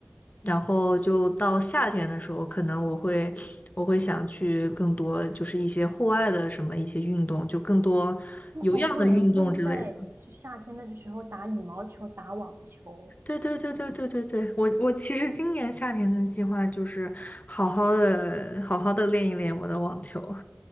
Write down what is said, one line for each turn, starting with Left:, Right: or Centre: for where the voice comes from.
Left: 然后就到夏天的时候，可能我会我会想去更多就是一些户外的什么一些运动，就更多有氧的运动之类的。
Right: 那么好多人会在就夏天的时候打羽毛球、打网球，
Left: 对对对对对对对，我我其实今年夏天的计划就是好好的好好的练一练我的网球，